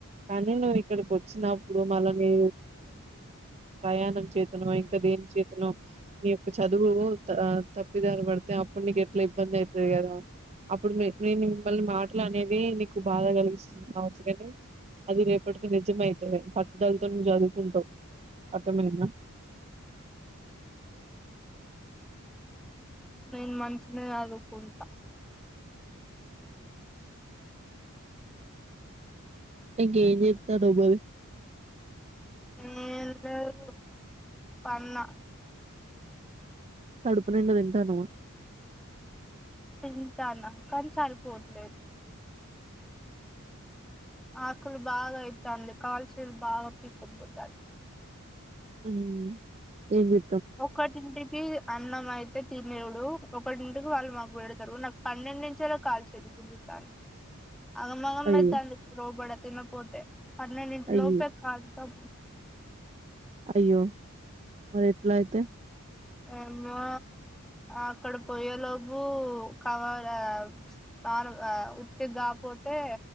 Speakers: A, on the right (about 30°); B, in the centre.
A: కానీ నువ్వు ఇక్కడికి వచ్చినప్పుడు మళ్ళాని ప్రయాణం చేతును <unintelligible> ఇంకా దేని చేతనో నీ యొక్క చదువు తప్పిదారు పడితే అప్పుడు నీకు ఎట్లా ఇబ్బంది అవుతుది కదా అప్పుడు నేను మిమ్మల్ని మాటలు అనేది నీకు బాధ కలిగిస్తుంది కావచ్చు కానీ అది రేపటికి నిజమైతది పట్టుదలతోని నువ్ చదువుకుంటావు అర్తమయ్యిందా
B: నేను మంచిగనే చదువుకుంటా
A: ఇంకేం చెప్తాదో మరి
B: నేను గాదు పన్నా
A: కడుపునిండా తింటానావా
B: తింటాన్నా కానీ సరిపోవట్లేదు ఆకులు బాగా అయితాంది కాల్చీలు బాగా పీక్కోపోతాంది
A: ఉమ్ ఏంజే
B: ఒకటింటి కి అన్నమైతే తినేవుడు ఒకటింటికి వాళ్ళు మాకు పెడతారు నాకు పన్నెండు నించేలు కాల్చేలు తిరుగుతాన్నై అగం అగం
A: అయ్యో
B: అయితిం క్ లోబడ తినపోతే పన్నెండింటి
A: అయ్యో
B: లోపే కాంతం
A: అయ్యో మరి ఎట్లా అయితే
B: ఏమో అక్కడ పోయే లోబు కవర తారు ఆ ఉత్తిగ కాపోతే